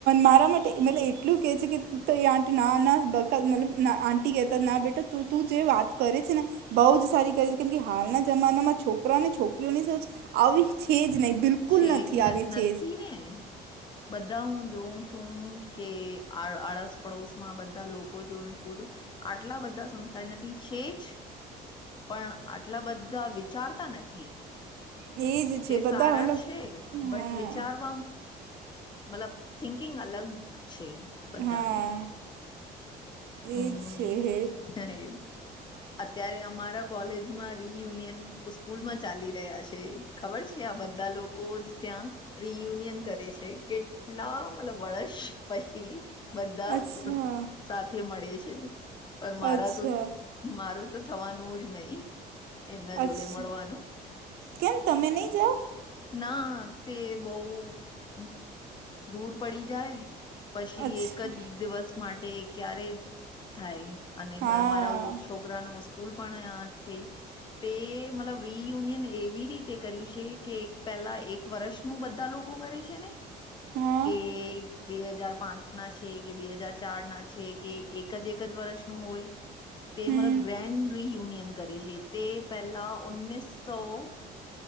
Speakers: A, on the right; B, on the left.
A: મારા માટે મત એટલું કેહે છે કે એ આંટી ના ના બકત મલબ આ- ગતા ના બેટા તું જે વાત કરે છે ને બઉ જ સારી ક- કેમ કે હાલના જમાનામાં છોકરા અને છોકરીઓની સ આવી છે જ નહીં- બિલકુલ
B: છેજ
A: નથી આવી
B: નથી
A: છે
B: ને- બધા હું જોઉં છું કે આ આળસપડોશ માં બધા લોકો જોયું છું. આટલા બધા સંસ્કાર નથી છે જ- પણ આટલા બધા વિચારતા નથી-
A: જ એ જ છે
B: તે
A: બધા
B: સારા
A: મતલબ
B: છે બટ
A: હા
B: વિચાર- મલબ થિંકિંગ અલગ છે બધાની-
A: હા
B: હમ
A: એ જ છે
B: અત્યારે અમારા- કોલેજમાં રિયુનિયન સ્કૂલમાં ચાલી રહ્યા છે ખબર છે આ બધા લોકો જ ત્યાં- રિયુનિયન કરે છે કેટલા મતલબ વર્ષ પછી- બધા-
A: અચ્છા
B: સાથે મળે છે પણ મારા
A: અચ્છા
B: તો મારું તો થવાનું જ નહી- એમના જોડે
A: અચ્છા
B: મળવાનું-
A: કેમ તમે નહીં જાઓ
B: ના તે બહ દૂર પડી જાય- પછી
A: અચ્છા
B: એક જ દિવસ માટે ક્યારે થાય અને
A: હા
B: મારા- છોકરાનો સ્કૂલ પણ્યાથી- તે મતલબ રિયુનિયન એવી રીતે કર્યું છે કે પેલા એક વર્ષ- શું બધા લોકો કરે છે ને-
A: હા
B: કે બે હજાર પાંચ ના છે કે બે હજાર ચાર ના છે. કે એક જ એક જ વર્ષનુંું હોય તે
A: હમ
B: મતલબ ગ્રેન્ડ રિયુનિયન- કરે છે તે પહેલા ઉનીસસો-